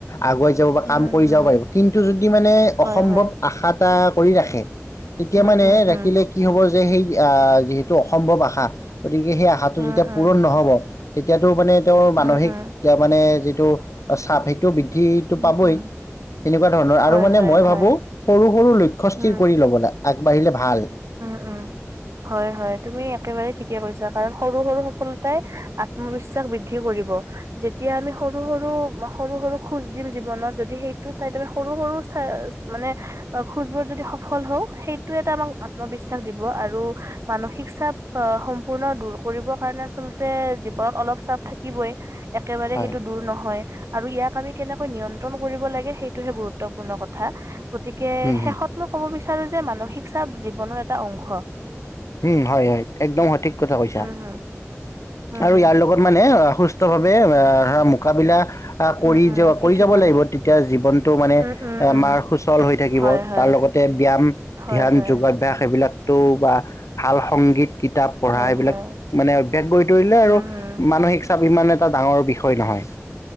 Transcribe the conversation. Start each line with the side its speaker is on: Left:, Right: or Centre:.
Left: আগুৱাই যাব বা
Right: উম,
Left: কাম কৰি
Right: উম,
Left: যাব। পাৰিব কিন্তু যদি মানে
Right: হয়,
Left: অসম্ভৱ
Right: হয়,
Left: আশাত- এটা কৰি ৰাখে। তেতিয়া
Right: উম,
Left: মানে,
Right: উম,
Left: ৰাখিলে
Right: উম,
Left: কি হব- যে সেই- আহ যিহেতু অসম্ভ আশা- গতিকে সেই আশাটো
Right: উম,
Left: যেতিয়া
Right: উম।
Left: পূৰণ নহ'ব- তেতিয়াতো মানে- তেওঁৰ মানসিক,
Right: উম, উম,
Left: মানে যিটো- চাপ সেইটো বি- বৃদ্ধিটো
Right: উম,
Left: পাবই,
Right: উম,
Left: এনেকুৱা ধৰণৰ
Right: হয়,
Left: আৰু মানে
Right: হয়,
Left: মই
Right: হয়,
Left: ভাবো সৰু সৰু লক্ষ্য স্থিৰ
Right: উম,
Left: কৰি ল'ব লাগে। আগবাঢ়িলে ভাল।
Right: উম' উম' হয়, হয় তুমি একেবাৰেই ঠিকে কৈছা, কাৰণ সৰু-সৰু সফলতাই আত্মবিশ্বাস বৃদ্ধি কৰিব, যেতিয়া আমি সৰু-সৰু, সৰু-সৰু খোজ দিম জীৱনত, যদি সেইটো ঠাইত আমি সৰু-সৰু মানে খোজবোৰ যদি সফল হওঁ' সেইটো এটা আমাক- আত্মবিশ্বাস দিব। আৰু মানসিক চাপ আহ সম্পূৰ্ণ দূৰ কৰিবৰ কাৰণে আচলতে জীৱনত অলপ চাপ থাকিবই। একেবাৰে
Left: হয়
Right: সেইটো দূৰ নহয়। আৰু ইয়াক আমি কেনেকৈ নিয়ন্ত্ৰণ কৰিব লাগে সেইটোহে গুৰুত্বপূৰ্ণ কথা। গতিকে,
Left: উম হম
Right: শেষত মই ক'ব বিচাৰ- বিচাৰো যে মানসিক চাপ- বন এটা অংশ- <inaudible>
Left: উম' হয়, হয় একদম সঠিক কথা কৈছা,
Right: উম, হুম। উম
Left: আৰু
Right: হম
Left: ইয়াৰ লগত মানে- সুস্থভাৱে ধৰা মোকাবিলা- আহ' কৰি
Right: উম উম
Left: য
Right: শিকিবলৈ
Left: কৰি যাব লাগিব। তেতিয়া জীৱনটো মানে
Right: উম উম উম
Left: মাৰ সুচল হৈ থাকিব।
Right: হয় হয়
Left: তাৰ লগতে ব্যায়াম,
Right: হয়
Left: ধ্যান,
Right: হয়
Left: যোগাভ্যাস এইবিলাক- তৌ বা- ভাল সংগীত- কিতাপ পঢ়া
Right: হয়
Left: এইবিলাক
Right: হয়
Left: মানে অভ্যাস কৰি তৰিলে আৰু
Right: উম হম
Left: মানসিক চাপ ইমানে- এটা ডাঙৰ বিষয় নহয়।